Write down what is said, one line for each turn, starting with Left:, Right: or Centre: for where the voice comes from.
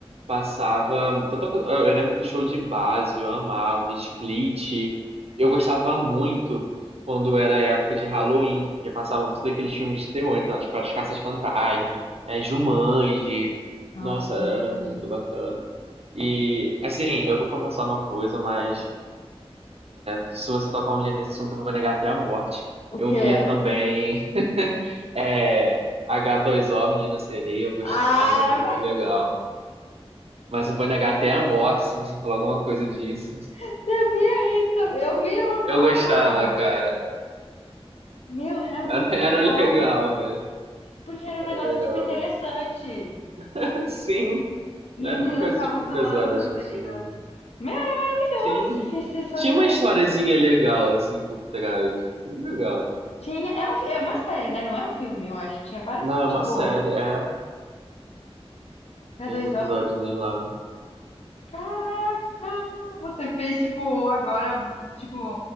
Right: passava. tanto- eu lembro do show de base, eu amava, Split. Eu gostava muito quando era época de Halloween, porque passavam todos aqueles filmes de terror, então, tipo, as Caças-Fantasmas, é, Jumanji.
Left: Nossa,
Right: Nossa,
Left: Jumanji.
Right: era muito bacana. E, assim, eu vou confessar uma coisa, mas. Se você tocar um dia nesse assunto, eu vou negar até a morte.
Left: O
Right: Eu
Left: quê?
Right: via também é, H2O, Menina Sereia, eu gostava,
Left: Ah, não,
Right: era muito
Left: mas
Right: legal. Mas eu vou negar até a morte se você falar alguma coisa disso.
Left: <laughs> você via isso também. Eu via, eu amava.
Right: Eu gostava, cara.
Left: Meu, era
Right: Era,
Left: muito
Right: <laughs> era
Left: bom.
Right: legal, velho.
Left: Porque era um
Right: Era
Left: negócio,
Right: legal.
Left: tipo, interessante.
Right: <laughs> Sim,
Left: E
Right: não era
Left: as meninas
Right: uma coisa,
Left: ficavam
Right: tipo,
Left: zoando
Right: pesada,
Left: as
Right: chatinha.
Left: meninas. Meu, era maravilhoso
Right: Sim.
Left: se fizesse essa
Right: Tinha
Left: série.
Right: uma historiezinha legal, assim, por trás. Era legal.
Left: Tinha, é, um- é uma série, né? Não é um filme, eu acho. Tinha vários,
Right: Não, é
Left: tipo,
Right: uma série, é.
Left: k
Right: Tinha
Left: 2
Right: os episódios
Left: o
Right: lá,
Left: Caraca! Você fez, tipo, agora, tipo,